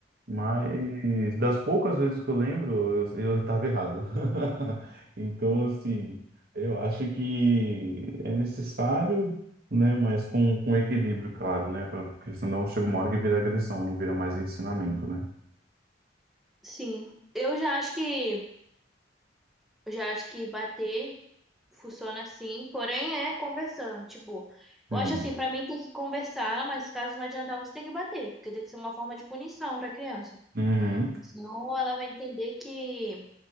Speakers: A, on the right; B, in the centre.
A: Mas das poucas vezes que eu lembro, eu, eu estava errado. <laughs> Então, assim, eu acho que é necessário, né? Mas com, com equilíbrio, claro, né? pra- Porque senão chega uma hora que vira agressão, não vira mais ensinamento, né?
B: sim. Eu já acho que Eu já acho que bater funciona assim, porém é conversando. Tipo,
A: Hum.
B: eu acho assim, pra mim tem que conversar, mas caso não adiantar, você tem que bater, porque tem que ser uma forma de punição pra criança.
A: Uhum.
B: Senão ela vai entender que,